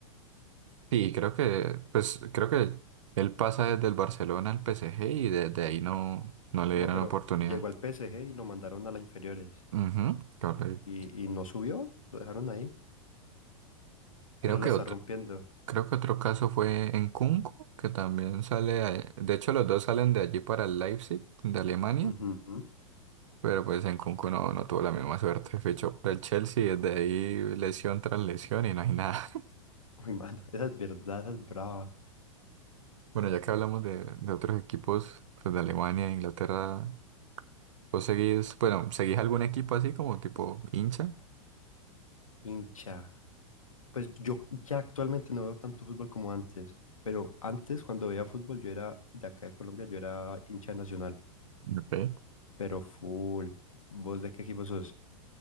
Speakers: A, on the right (about 65°); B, on the left (about 85°).
A: Sí, creo que, pues, creo que él pasa desde el Barcelona al P S G y desde ahí no, no le
B: No,
A: dieron
B: pero
A: oportunidad.
B: llegó al PSG y lo mandaron a las inferiores
A: Ujú, correcto.
B: y, y no subió, lo dejaron ahí
A: Creo
B: y ahora la
A: que
B: está
A: otro,
B: rompiendo.
A: creo que otro caso fue en Kunku, que también sale, a- de hecho los dos salen de allí para el Leipzig, de Alemania,
B: Ujú.
A: pero pues en Kunku no, no tuvo la misma suerte, fichó por el Chelsea y desde ahí lesión tras lesión y no hay nada. <laughs>
B: Uy, mano, esa es verdad, esa es brava.
A: Bueno, ya que hablamos de, de otros equipos pues, de Alemania e Inglaterra, ¿Vos seguís, bueno, seguís algún equipo así como tipo hincha?
B: Hincha. Pues yo ya actualmente no veo tanto fútbol como antes, pero antes cuando veía fútbol yo era de acá de Colombia, yo era hincha de nacional,
A: Ok.
B: pero full. ¿Vos de qué equipo sos?